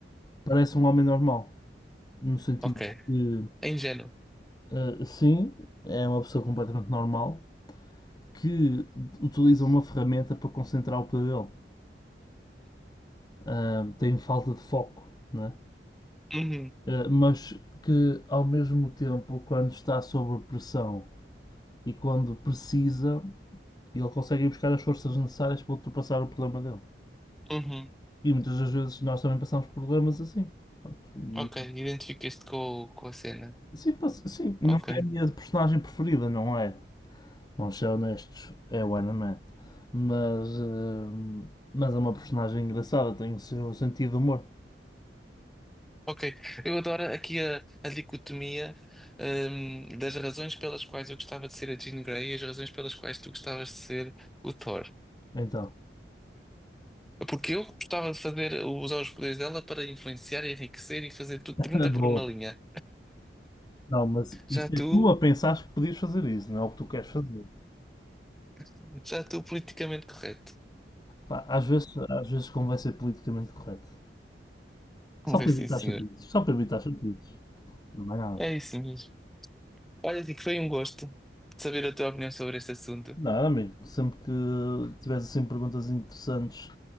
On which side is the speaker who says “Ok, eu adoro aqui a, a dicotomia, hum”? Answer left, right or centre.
Centre